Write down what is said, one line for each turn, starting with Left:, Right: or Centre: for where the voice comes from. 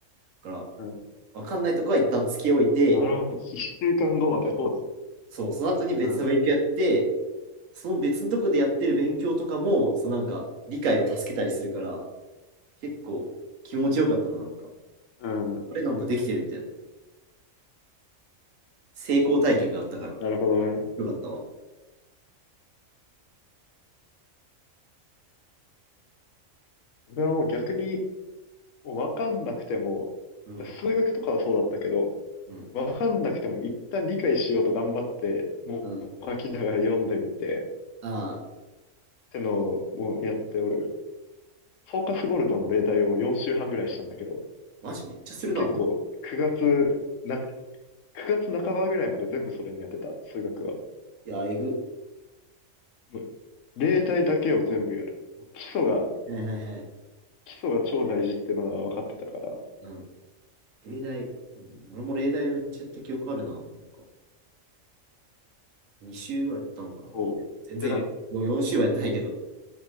Right: だから、
Left: うん。
Right: わかんないとこは一旦つけおいて、
Left: なるほど。一週間後まで放置。
Right: そう、その後に別の勉強やって、
Left: うん。
Right: その別のとこでやってる勉強とかも、そのなんか理解を助けたりするから、結構気持ちよかったな、なんか。
Left: うん。
Right: あれなんかできてるみたいな。成功体験があったから、
Left: なるほどね。
Right: よかったわ。
Left: 俺はもう逆に、わかんなくても、
Right: うん、
Left: 数学とかはそうだったけど、
Right: うん、
Left: わかんなくても一旦理解しようと頑張って、もう書きながら読んでみて、
Right: うん。ああ、
Left: ってのをもうやって、俺、フォーカスゴールドの例題を4週半ぐらいしたんだけど、
Right: マジめっちゃするな。
Left: 結構9月な、9月半ばぐらいまで全部それにやってた、数学は。
Right: いや、えぐ。
Left: もう例題だけを全部やる。基礎が、
Right: はいはいはい。
Left: 基礎が超大事ってのは分かってたから、
Right: うん、例題、うん、俺も例題めっちゃやった記憶あるな。なんか2週ぐらいやったのかな。
Left: そう。
Right: 全然、
Left: で、な、
Right: 4週はやってないけど、